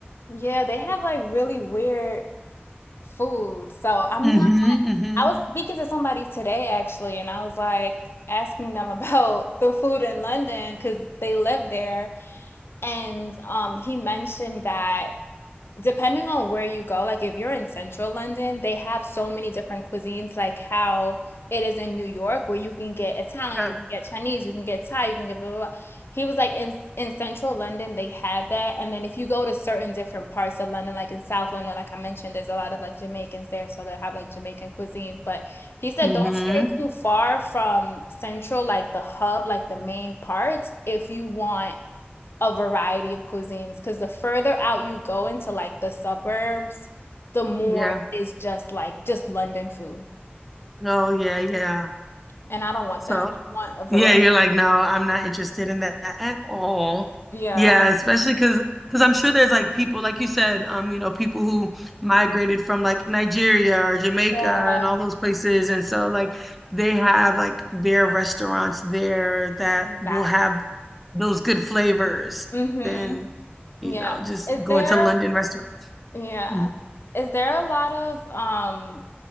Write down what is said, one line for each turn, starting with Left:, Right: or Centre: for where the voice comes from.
Left: Yeah, they have like really weird food. So I'm
Centre: Mhm,
Left: not,
Centre: mhm.
Left: I was speaking to somebody today actually, and I was like asking them <laughs> about the food in London because they live there. And um, he mentioned that. Depending on where you go, like if you're in central London, they have so many different cuisines, like how it is in New York, where you can get Italian,
Centre: Yeah.
Left: you can get Chinese, you can get Thai, you can get blah, blah, blah. He was like in in central London, they have that. And then if you go to certain different parts of London, like in South London, like I mentioned, there's a lot of like Jamaicans there, so they have like Jamaican cuisines. But he said
Centre: Mhm.
Left: don't stray too far from central, like the hub, like the main parts, if you want a variety of cuisines because the further out you go into like the suburbs, the more
Centre: Yeah.
Left: it is just like just London food.
Centre: Oh, yeah, yeah.
Left: And I don't want
Centre: So,
Left: that. I want a variety.
Centre: yeah, you're like, no, I'm not interested in that at all.
Left: Yeah.
Centre: Yeah, especially because because I'm sure there's like people, like you said, um, you know, people who migrated from like Nigeria or Jamaica
Left: Yeah.
Centre: and all those places, and so like they have like their restaurants there that
Left: Exactly.
Centre: will have those good flavors
Left: Mm-hmm.
Centre: than, you
Left: Yeah.
Centre: know, just
Left: Is
Centre: going
Left: there
Centre: to London restaurants.
Left: Yeah.
Centre: Mhm.
Left: Is there a lot of um